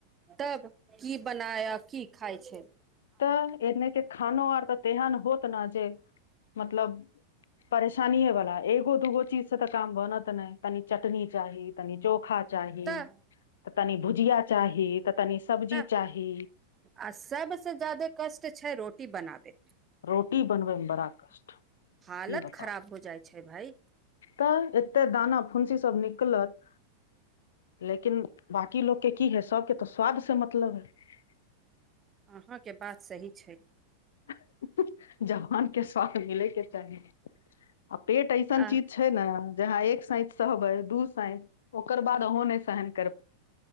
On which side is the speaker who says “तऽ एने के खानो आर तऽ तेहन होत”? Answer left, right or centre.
Left